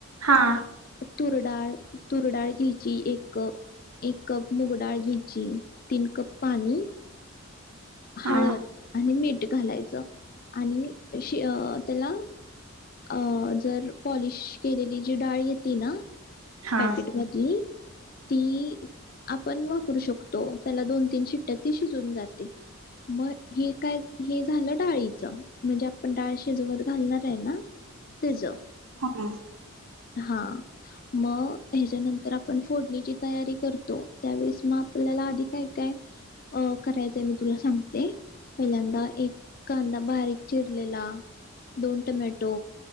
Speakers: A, on the right; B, on the left.
A: हा
B: तुरडाळ तुरडाळ घेयची एक कप एक कप मुगडाळ घेयची तीन कप पाणि
A: हा
B: हळद आणि मिठ घालायच आणि अशी अ त्याला अ जर पॉलिश केलेली जी डाळ येति ना
A: हा
B: पॅकेट मधली ति आपण वापरू शकतो त्याला दोन तीन शिट्यात ति शिजुन जाते म हे काय हे झाल डाळीच म्हणजे आपण डाळीच शिजवत घालणारे ना तेज
A: हंम्म
B: हा म ह्याच्यानंतर आपण फोडणीची तयारी करतो त्यावेळेस म आपत्याला आधि काय काय करायचय मि तुला सांगते पहीले एक कांदा बारीक चिरलेला दोन टॉमॅटो